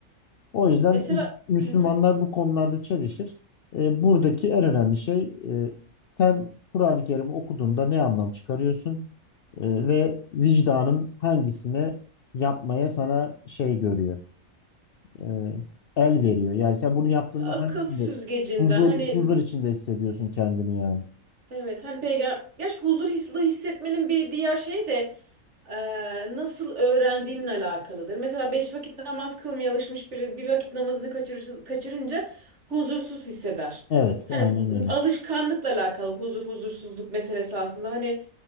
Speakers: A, on the left (about 60°); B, on the right (about 55°).
A: O yüzden
B: Mesela...
A: Müs- Müslümanlar
B: Hı hı.
A: bu konularda çelişir. E, buradaki en önemli şey e, sen Kur'an-ı Kerim'i okuduğunda ne anlam çıkarıyorsun E, ve vicdanın hangisine yapmaya sana şey görüyor e, el veriyor. Yani sen bunu yaptığında
B: Akıl
A: hangisinde
B: süzgecinden
A: huzur
B: hani
A: huzur içinde hissediyorsun kendini yani.
B: evet hani peygamber gerçi huzur hisli hissetmenin bir diğer şey de e, nasıl öğrendiğinle alakalıdır. Mesela beş vakit namaz kılmaya alışmış biri bir vakit namazını kaçırır, kaçırınca huzursuz hisseder.
A: Evet,
B: Hani
A: aynen
B: bu,
A: öyle.
B: alışkanlıkla alakalı huzur huzursuzluk meselesi aslında hani